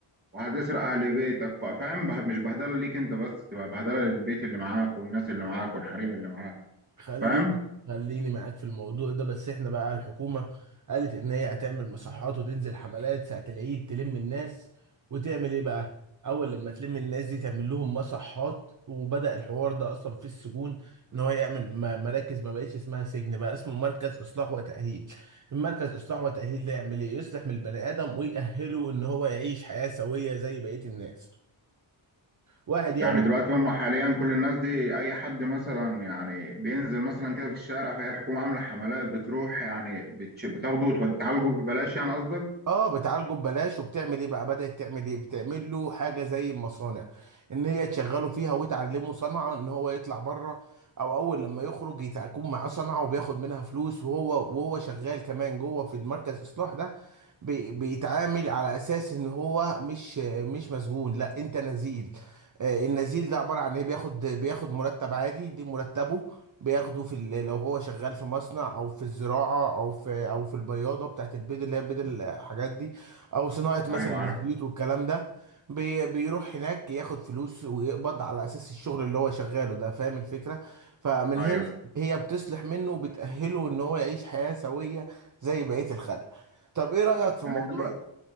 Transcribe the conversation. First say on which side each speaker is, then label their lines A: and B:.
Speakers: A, on the right; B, on the right.
A: وهتسرق أهل بيتك ف- فاهم به- مش بهدلة ليك أنت بس تبقى بهدلة للبيت اللي معاك والناس اللي معاك والحريم اللي معاك
B: خليني
A: فاهم؟
B: خليني معاك في الموضوع ده بس احنا بقى الحكومة قالت ان هي هتعمل مصحات وتنزل حملات ساعة العيد تلم الناس وتعمل ايه بقى اول لما تلم الناس دي تعمل لهم مصحات وبدأ الحوار ده اصلا في السجون ان هو يعمل م- مراكز ما بقتش اسمها سجن بقى اسمه مركز اصلاح وتأهيل المركز اصلاح وتأهيل ده يعمل ايه يصلح من البني ادم ويأهله ان هو يعيش حياة سوية زي بقية الناس واحد يعمل
A: يعني دلوقتي هم حاليا كل الناس دي اي حد مثلا يعني بينزل مثلا كده في الشارع فهي الحكومه عامله حملات بتروح يعني بتش- بتاخده وتعالجه ببلاش يعني قصدك
B: اه بتعالجه ببلاش وبتعمل ايه بقى بدأت تعمل ايه بتعمل له حاجه زي المصانع ان هي تشغله فيها وتعلمه صنعه ان هو يطلع بره او اول لما يخرج يت- يكون معاه صنعه وبياخد منها فلوس وهو وهو شغال كمان جوه في المركز الاصلاح ده بي- بيتعامل على اساس ان هو مش مش مسجون لا انت نزيل آه، النزيل ده عباره عن ايه بياخد بياخد مرتب عادي دي مرتبه بياخده في ال- لو هو شغال في مصنع او في الزراعه او في او في البياضه بتاعت البيض اللي هي بيض الحاجات دي او صناعه مثلا
A: ايوه
B: الزيوت
A: عارف
B: والكلام ده بي بيروح هناك ياخد فلوس ويقبض على اساس الشغل اللي هو شغاله ده فاهم الفكره فمن هنا
A: ايوه
B: هي بتصلح منه وبتأهله ان هو يعيش حياه سويه زي بقيه الخلق طب ايه رأيك في
A: يعني
B: موضوع
A: انت دلوقتي